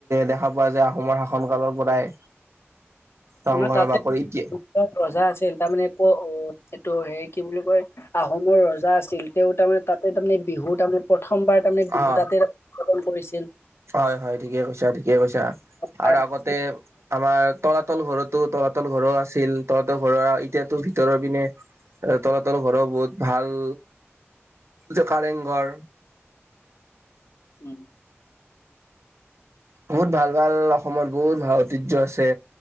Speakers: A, on the right; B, on the left.
A: দেখা পোৱা যায় আহোমৰ শাসন কালৰ পৰাই ৰংঘৰৰ
B: আমাৰ তাতে
A: বাকৰি এতিয়া
B: ৰজা আছিল। তাৰ মমানে ক, অ, এইটো হে কি বুলি কয় আহোমৰ ৰজা আছিল তেওঁ তাৰমানে তাতে তাৰ মমানে বিহু <inaudible> বিহু তাৰমানে প্ৰথমবাৰ তাৰমানে বিহু
A: অ
B: তাতে পতন কৰিছিল।
A: হয় হয় ঠিকে কৈছা ঠিকে কৈছা
B: তাৰ
A: আৰু আগতে
B: পিছত
A: আমাৰ তলাতল ঘৰতো তলাতল ঘৰো আছিল তলাতল ঘৰৰ এতিয়াতো ভিতৰৰ পিনে তলাতল ঘৰৰ বহুত ভাল যে কাৰেংঘৰ
B: উম।
A: বহুত ভাল ভাল অসমত বহুত ভাল ঐতিহ্য আছে।